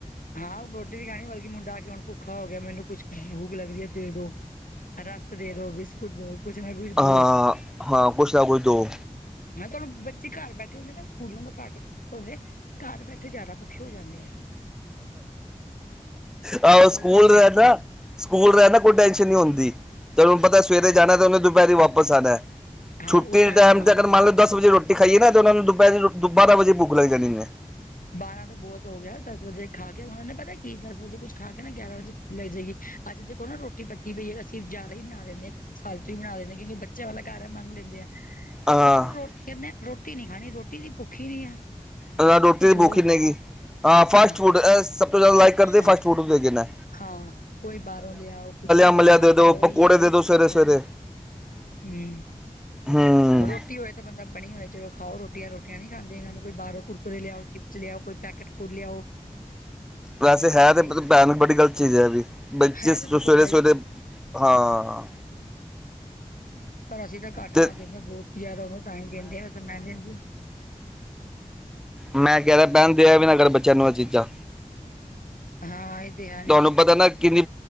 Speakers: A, on the left; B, in the centre.
A: ਹਾਂ ਰੋਟੀ ਵੀ ਖਾਣੀ ਬਲਕਿ ਮੁੰਡਾ ਆ ਕੇ ਹੁਣ ਭੁੱਖਾ ਹੋ ਗਿਆ ਮੈਨੂੰ ਕੁਛ ਭੂਖ ਲੱਗ ਰਹੀ ਹੈ ਦੇ ਦੋ। ਰਸ ਦੇ ਦੋ, ਬਿਸਕੁਟ ਦੋ, ਕੁਛ ਨਾ ਕੁਛ ਦੋ।
B: ਹਾਂ ਹਾਂ ਕੁਛ ਨਾ ਕੁਛ ਦੋ
A: ਮੈਂ ਤੁਹਾਨੂੰ ਬੱਚੇ ਘਰ ਬੈਠੇ ਹੁੰਦੇ ਨਾ ਸਕੂਲਾਂ <unintelligible> ਹੋ ਜਏ ਘਰ ਬੈਠੇ ਜ਼ਿਆਦਾ ਭੁੱਖੇ ਹੋ ਜਾਂਦੇ ਐ।
B: ਆਹੋ
A: ਥੋੜੇ
B: ਸਕੂਲ
A: ਥੋੜੇ ਟਾਈਮ
B: ਰਹਿਨ ਨਾ ਸਕੂਲ ਰਹਿਨ ਕੋਈ ਟੈਂਸ਼ਨ ਨਹੀਂ ਹੁੰਦੀ, ਤੁਹਾਨੂੰ ਪਤਾ ਸਵੇਰੇ ਜਾਣਾ ਤੇ ਓਨੇ ਦੁਪਹਿਰੀ ਵਾਪਸ ਆਨਾ ਐ।
A: ਹਾਂ
B: ਛੁੱਟੀ
A: ਉਸ
B: ਦੇ ਟਾਈਮ
A: ਹੀ ਖਾਣਗੇ
B: ਤੇ ਅਗਰ ਮੰਨ ਲਓ ਦਸ ਵਜੇ ਰੋ ਟੀ ਖਾਈਏ ਨਾ ਤੇ ਉਹਨਾਂ ਨੂੰ ਦੁਪਹਿਰ ਦੁ ਬਾਰਾਂ ਵਜੇ ਭੁਗ ਲੱਗ ਜਾਂਣੀ ਨੇ।
A: ਬਾਰਾਂ ਦਾ ਬੋਤ ਹੋ ਗਿਆ ਦਸ ਵਜੇ ਖਾ ਕੇ ਓਨਾਂ ਨੇ ਪਤਾ ਕੀ ਦਸ ਵਜੇ ਕੁੱਛ ਖਾ ਕੇ ਨਾ ਗਿਆਰਾਂ ਵਜੇ ਲੈ ਜਾਈਏ। ਅੱਂਜ ਦੇ ਕੋਨਾ, ਰੋਟੀ ਪੱਕੀ ਪਈ ਹੈ। ਅਸੀਂ ਜ਼ਿਆਦਾ ਹੀ ਬਣਾ ਦਿੰਦੇ ਹਾਂ ਫਾਲਤੂ ਹੀ ਬਣਾ ਦਿੰਦੇ ਆ। ਕਿਉਂਕਿ ਬੱਚਿਆਂ ਵਾਲਾ ਘਰ ਹੈ, ਮੰਗ ਲੈਂਦੇ ਆ। ਤਾਂ
B: ਹਾਂ
A: ਉਹਨਾਂ ਨੂੰ, ਰੋ ਕਹਿੰਦੇ ਰੋਟੀ ਨੀ ਖਾਣੀ, ਰੋਟੀ ਦੀ ਭੁੱਖੀ ਹੀ ਨਹੀਂ ਹੈ।
B: ਹਾ, ਰੋਟੀ
A: ਕੁਛ
B: ਦੀ
A: ਹੋਰ
B: ਭੁੱਖ ਹੀ ਨਹੀਂ
A: ਦੋ
B: ਹੈਗੀ। ਆ ਫਾਸਟ
A: ਹਾਂ
B: ਫੂਡ ਏ ਸਭ ਤੋਂ ਜਯਾਦਾ, ਲਾਈਕ ਕਰਦੇ
A: ਹਾਂ
B: ਫਾਸਟ ਫੂਡ ਕੀ ਕਿਨਾ।
A: ਹਾਂ ਕੋਈ ਬਾਹਰੋਂ ਲਿਆਓ, ਕੁਛ
B: ਮਲਿਆ
A: ਹਾਂ
B: ਦੇ ਦੋ
A: ਓਈ
B: ਪਕੌੜੇ
A: ਹੈ ਓਈ,
B: ਦੇ ਦੋ
A: ਪਸੰਦ
B: ਸਵੇਰੇ
A: ਕਰਦੀ
B: ਸਵੇਰੇ
A: ਹੂੰ,
B: ਹੂੰ
A: ਰੋਟੀ ਰਟੀ ਹੋਏ ਤਾਂ, ਬਂਦਾ ਬਣੀ ਹੋਏ, ਚਲੋ ਖਾਓ ਰੋਟੀਆਂ। ਰੋਟੀਆਂ ਨੀ ਖਾਂਦੇ, ਇਹ ਨੂੰ ਕੋਈ ਬਾਹਰ ਲਿਆਓ, ਚਿਪਸ ਲਿਆਓ, ਕੋਈ ਪੈਕੇਟ ਫੂਡ ਲਿਆਓ।
B: ਵੈਸੇ ਹੈ ਤੇ,
A: ਇਹ
B: ਭੈਨ ਬੜੀ ਗ਼ਲਤ ਚੀਜ਼ ਹੈ ਵੀ। ਬੱਚੇ
A: ਹੈ
B: ਸਵੇਰੇ-
A: ਤਾਂ ਦੇਖੋ ਗਲਤ
B: ਸਵੇਰੇ ਹਾਂ
A: ਪਰ ਅਸੀਂ ਤਾਂ, ਘੱਟ
B: ਤੇ
A: ਬਧ ਦਿੰਦੇ ਹਾਂ। ਬਹੁਤ ਜ਼ਿਆਦਾ ਉਹਨ ਤਾਂ ਹੀ, ਦਿੰਦੇ ਆ। ਨਹੀਂ ਤੇ ਮੈਂ ਨੀ ਦਿੰਦੀ।
B: ਮੈਂ ਕਹਿ ਰਿਹਾ ਭੈਟ, ਦਯਾ ਵੀ ਨਾ ਕਰ, ਬੱਚਿਆਂ ਨੂੰ ਇਹ ਚੀਜ਼ਾਂ।
A: ਹਾਂ ਏ, ਤੇ ਹੇ।
B: ਤੁਹਾਨੂੰ ਪਤਾ ਨਾ, ਕਿੰਨੀ